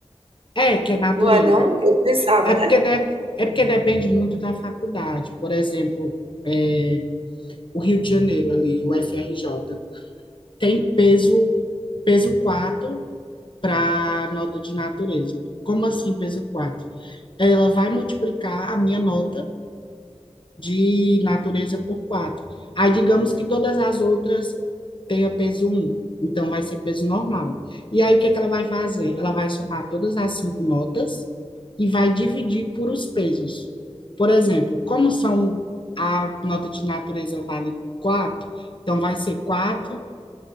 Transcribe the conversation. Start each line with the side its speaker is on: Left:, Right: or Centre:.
Left: É, que é natureza.
Right: não é não? Eu pensava,
Left: É
Right: né?
Left: porque, de- é porque depende muito da faculdade. Por exemplo, é, o Rio de Janeiro, ali, o F R J tem peso, peso 4 para nota de natureza. Como assim, peso quatro Ela vai multiplicar a minha nota de natureza por 4. Aí, digamos que todas as outras tenham peso um, então vai ser peso normal. E aí, o que, é que ela vai fazer? Ela vai somar todas as cinco notas e vai dividir por os pesos. Por exemplo, como são a nota de natureza vale 4, então vai ser 4